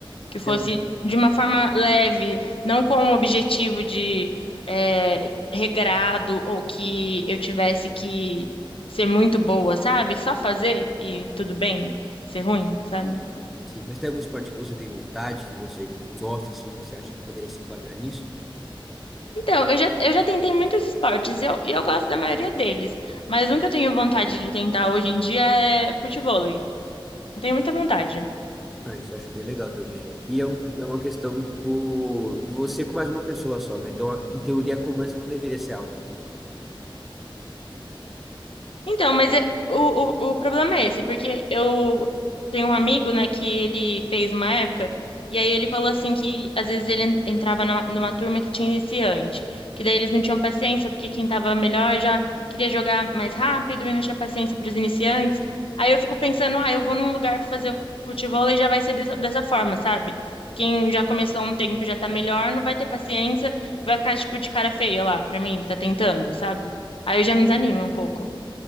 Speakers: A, on the left; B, in the centre.
A: que
B: Você
A: fosse
B: tem algum...
A: de uma forma leve, não com o objetivo de é, regrado ou que eu tivesse que ser muito boa, sabe? Só fazer e tudo bem, ser ruim, sabe?
B: Sim, mas tem algum esporte que você tem vontade, que você gosta, assim, que você acha que poderia se enquadrar nisso?
A: Então, eu já, eu já tentei muitos esportes e eu, e eu gosto da maioria deles, mas um que eu tenho vontade de tentar hoje em dia é futevôlei. Eu tenho muita vontade.
B: Ah, isso eu acho bem legal também. E é, um- é uma questão, tipo, de você com mais uma pessoa só, né? Então, em teoria, a cobrança não deveria ser alta.
A: Então, mas é- o, o, o problema é esse, porque eu tenho um amigo, né, que ele fez uma época, e aí ele falou assim que às vezes ele en- entrava numa, numa turma que tinha iniciante, que daí eles não tinham paciência, porque quem tava melhor já queria jogar mais rápido e não tinha paciência para os iniciantes. Aí eu fico pensando, ah, eu vou num lugar para fazer futevôlei e já vai ser dessa, dessa forma, sabe? Quem já começou há um tempo e já tá melhor, não vai ter paciência, e vai ficar tipo de cara feia lá pra mim, que tá tentando, sabe? Aí eu já me desanimo um pouco.